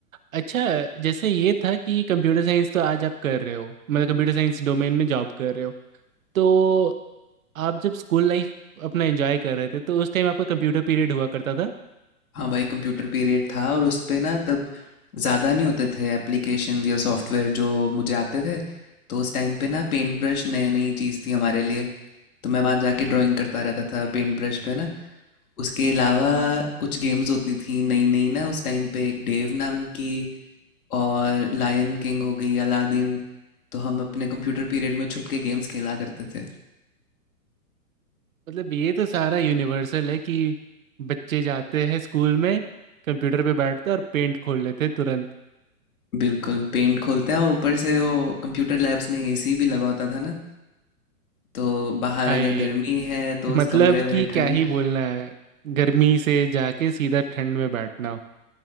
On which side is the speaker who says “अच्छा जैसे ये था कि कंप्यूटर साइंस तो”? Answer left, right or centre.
Right